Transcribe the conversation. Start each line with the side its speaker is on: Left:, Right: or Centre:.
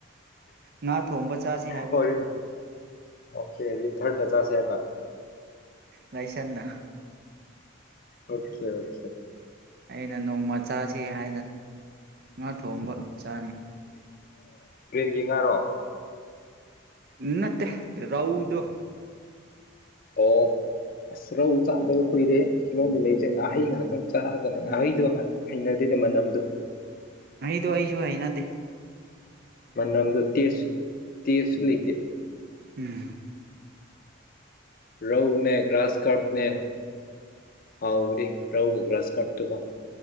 Right: ꯉꯥ ꯊꯣꯡꯕ ꯆꯥꯁꯤ ꯍꯥꯏꯕ
Left: ꯑꯣ ꯑꯣꯀꯦ ꯔꯤꯟꯊꯔꯅ ꯆꯥꯁꯦ ꯑ
Right: ꯂꯩꯥꯏꯁꯟꯅ
Left: ꯑꯣꯀꯦ ꯑꯣꯦ
Right: ꯑꯩꯅ ꯅꯣꯡꯃ ꯆꯁꯤ ꯍꯥꯏꯅ ꯉꯥ ꯊꯣꯡꯕ ꯆꯥꯅꯤ
Left: ꯌꯦꯡꯉꯔꯣ
Right: ꯅꯠꯇ ꯔꯎꯗꯣ
Left: ꯑꯣꯣ ꯑꯁ ꯔꯧꯎ ꯆꯥꯗꯕ ꯀꯨꯏꯔꯦ ꯍꯤꯂꯣꯡꯗ ꯂꯩꯁꯦ ꯉꯥꯏꯥꯍꯩ ꯉꯍꯥꯛꯇ ꯆꯥꯗꯅ ꯉꯥꯍꯩꯗꯣ
Right: ꯎꯝ
Left: ꯍꯩꯅꯔꯤ ꯅꯤ ꯃ ꯅꯝꯗꯨ
Right: ꯗꯣ ꯑꯩꯁꯨ ꯍ ꯅꯗꯦ
Left: ꯃꯅꯝꯗ ꯇꯦꯁ ꯇꯦꯁꯁꯨ ꯂꯩꯇꯦ
Right: ꯎꯝ
Left: ꯔꯧꯅꯦ ꯀ꯭ꯂ꯭ꯔꯥꯁ ꯀꯔꯄꯅꯦ ꯍꯥꯎꯕꯨ ꯔꯎꯨ ꯀ꯭ꯂ꯭ꯂꯥꯁ ꯀꯥꯞꯇꯀꯣ